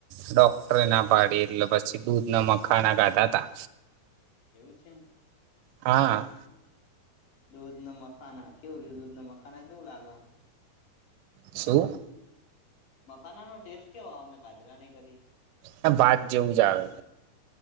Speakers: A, on the right (about 80°); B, on the left (about 80°).
A: ડોક્ટરે ના પાડી એટલે પછી દૂધ ને મખાણા ગાધા તા
B: એવું છે
A: હા
B: દૂધ ને મખાના કેવું રયુ દૂધ ના મખાના કેવું લાગે આમ
A: શું.
B: મખાના નો ટેસ્ટ કેવો આવે અમે ખાધલા નહી કદી
A: હ ભાત જેવું જ આવે